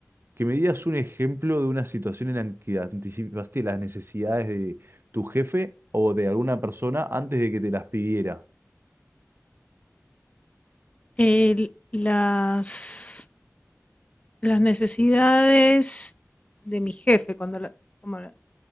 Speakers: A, on the right; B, on the left.
A: que me digas un ejemplo de una situación en la que anticipaste las necesidades de tu jefe o de alguna persona antes de que te las pidiera.
B: El- las, las necesidades de mi jefe, cuando la- como la-